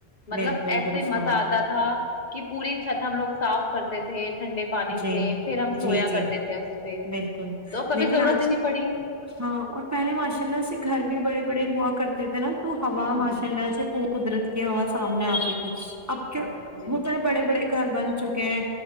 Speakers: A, on the left (about 45°); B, on the right (about 20°).
A: مطلب
B: بالکل
A: ایسے
B: درست
A: ہی مزہ
B: فرمایا
A: آتا تھا کی پوری چھت ہم لوگ صاف کرتے تھے ٹھنڈے پانی
B: جی
A: سے پھر ہم
B: جی
A: سویا
B: جی
A: کرتے تھے اس پہ
B: بالکل
A: تو کبھی
B: لیکن
A: ضرورت
B: آج
A: ہی نہیں پڑی
B: ہاں اور پہلے ماشاء اللہ سے گھر بھی بڑے بڑے ہوا کرتے تھے نا تو ہوا ماشاء
A: جی
B: اللہ سے پ قدرت کی ہوا سامنے آتی تھی اب کیا
A: جی
B: ہوتا ہے بڑے بڑے گھر بن چکے ہیں